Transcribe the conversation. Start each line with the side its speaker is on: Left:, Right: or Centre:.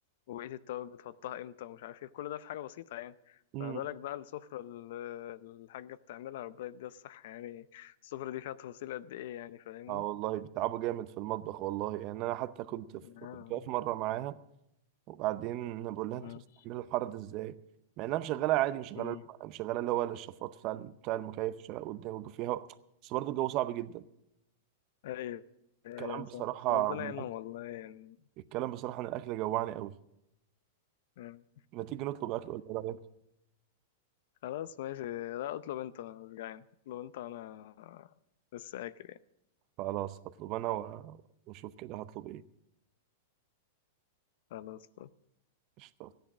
Left: وبقية التوابل بتحطها امتى ومش عارف ايه كل ده في حاجة بسيطة يعني
Right: امم
Left: فبالك بقى السفرة اللي الحاجة بتعملها ربنا يديها الصحة يعني السفرة دي فيها تفاصيل قد ايه يعني فاهمني؟
Right: اه والله بيتعبوا جامد في المطبخ والله يعني انا حتى كنت في
Left: آه.
Right: كنت واقف مره معاها وبعدين بقول لها انت
Left: مم.
Right: مستحمله الحر ده ازاي مع انها مشغله عادي مشغله
Left: مم.
Right: مشغله اللي هو الشفاط بتاع بتاع المكيف شغال قدام وجو- فيها بس برضه الجو صعب جدا
Left: ايوه يا
Right: الكلام
Left: صح
Right: بصراحه
Left: ربنا
Right: عن
Left: يعينهم
Right: الاكل
Left: والله يعني
Right: الكلام بصراحه عن الاكل جوعني قوي
Left: مم.
Right: ما تيجي نطلب اكل ولا ايه رايك
Left: خلاص ماشي لا اطلب انت انا مش جعان اطلب انت انا لسه اكل يعني
Right: خلاص هطلب انا و- واشوف كده هطلب ايه
Left: خلاص
Right: قشطة.